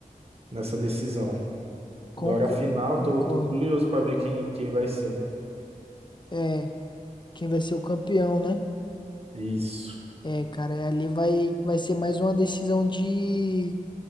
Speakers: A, on the right; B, on the left.
A: nessa decisão.
B: Conco-
A: Agora, a final,
B: concordo.
A: tô, tô curioso pra ver quem, quem vai ser.
B: É, quem vai ser o campeão, né?
A: Isso.
B: É, cara, e ali vai, vai ser mais uma decisão de,